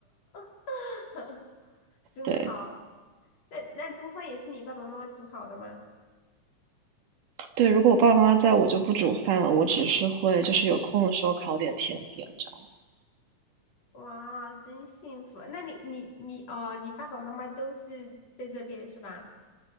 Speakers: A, on the left; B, on the right.
A: <laughs> 真好。
B: 对。
A: 那那中饭也是你爸爸妈妈煮好的吗？
B: 对，如果我爸爸妈妈在，我就不煮饭了，我只是会就是有空的时候烤点甜点这样。
A: 哇，真幸福！那你你你哦，你爸爸妈妈都是在这边是吧？